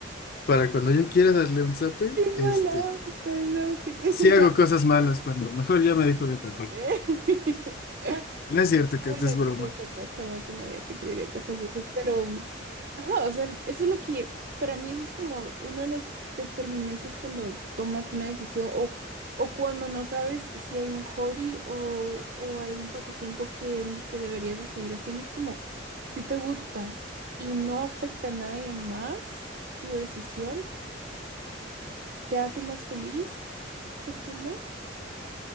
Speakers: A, on the left; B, on the right.
A: para cuando yo quiera darle un zape,
B: qué mala
A: este,
B: onda, no, que te
A: sí
B: <laughs>
A: hago cosas malas cuando mejor ya me dejo de tapar.
B: <laughs>
A: No es cierto, Kat,
B: No, no
A: es broma.
B: te creo capaz, jamás en la vida te creería capaz de eso, pero, ajá, o sea, eso es lo que, para mí eso es como uno de los determinantes cuando tomas una decisión o, o cuando no sabes si hay un hobby o, o algún pasatiempo que, que deberías de seguir haciendo, es como, si te gusta y no afecta a nadie más tu decisión, te hace más feliz, ¿por qué no? O